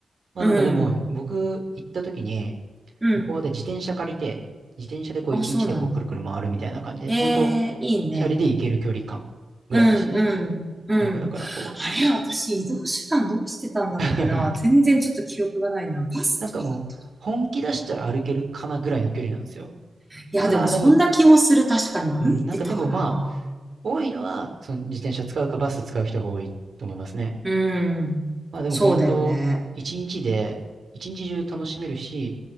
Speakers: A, on the right (about 65°); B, on the right (about 15°).
A: まあなんかでも、
B: うん、
A: 僕行った時に、
B: うん。
A: 向こうで自転車借りて、自転車でこう一日でこうくるくる回るみたいな感じで、
B: あ、そうなんだ。え
A: 本当
B: え、いいね。
A: チャリで行ける距離感ぐらいでしたね。
B: うんうん。うん。
A: なんかだからこ
B: あれ、私移動手段どうしてたんだっけな。
A: う <laughs>
B: 全然ちょっと記憶がないな。バスとかだったか
A: なんかもう、本気出したら歩けるかなぐらいの距離なんですよ。
B: な。いや、
A: まあでも、
B: でもそんな気もする。確かに歩いてたかな。
A: うん、なんかでもま多いのは、その自転車使うかバス使う人が多いと思いますね。
B: うん。
A: まあでも本当、
B: そうだよね。
A: 一日で、一日中楽しめるし、